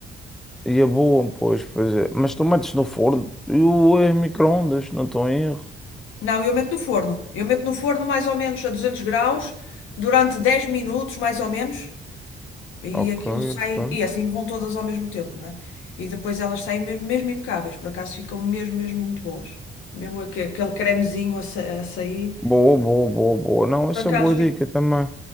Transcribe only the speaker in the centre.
E é boa, pois, pois é. Mas tu metes no forno e o eh, micro-ondas, não estou em erro.
Ok,
ok.
Boa, boa, boa, boa. Não, essa
é boa
dica também.